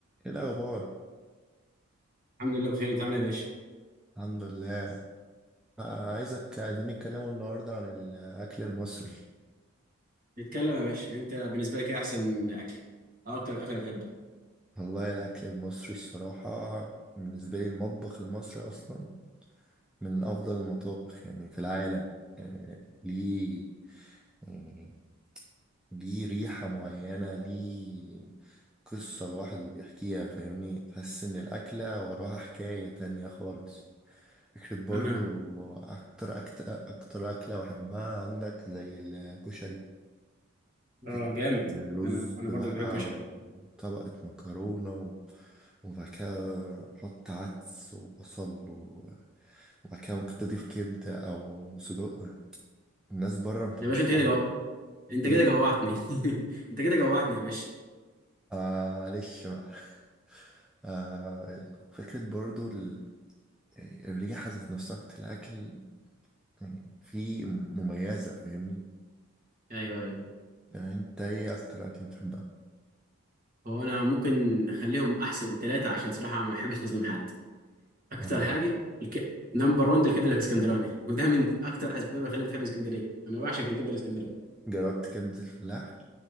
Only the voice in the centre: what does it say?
ايه الاخبار
الحمد لله آه، عايزك عايزين نتكلموا النهارده عن الاكل المصري
<laughs> والله الاكل المصري الصراحه بالنسبه لي المطبخ المصري اصلا من افضل المطابخ يعني في العالم آه، ليه آه، ليه ريحه معينه ليه قصه لوحده بيحكيها فاهمني تحس ان الاكله وراها حكايه تانية خالص فكرة برضو
أكتر أكتر أكتر أكلة بحبها عندك زي الكشري
فكرة
الرز
بقى
وطبقة مكرونة و- وبعد كده أحط عدس وبصل و- وبعد كده ممكن تضيف كبدة أو صدوق الناس بره متبقاش
فاهمة
إيه
معلش بقى <laughs> آه فكرة برضو ال- الريحة ذات نفسها بتاعت الأكل يعني في مميزة فاهمني
يعني أنت إيه أكتر أكل بتحبها؟
أنا إيه؟
جربت كبدة الفلاح؟